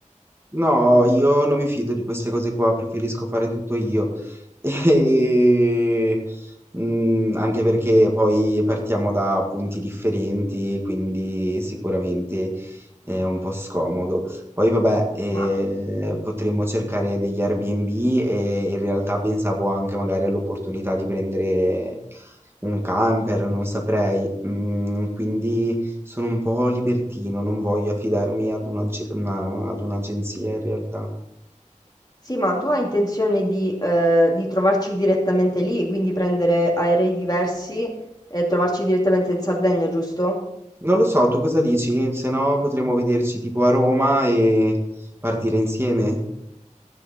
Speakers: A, on the right; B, on the left.
A: No, io non mi fido di queste cose qua, preferisco fare tutto io. <laughs> E... mm, anche perché poi partiamo da punti differenti, quindi sicuramente è un po' scomodo. Poi vabbè, ehm,
B: Ma
A: potremmo cercare degli Airbnb e in realtà pensavo anche magari all'opportunità di prendere un camper, non saprei. Mm, quindi sono un po' libertino, non voglio affidarmi ad un'age- una- ad un'agenzia in realtà.
B: Sì, ma tu hai intenzione di, eh, di trovarci direttamente lì, quindi prendere aerei diversi e trovarci direttamente in Sardegna, giusto?
A: Non lo so, tu cosa dici? Se no potremmo vederci tipo a Roma e partire insieme.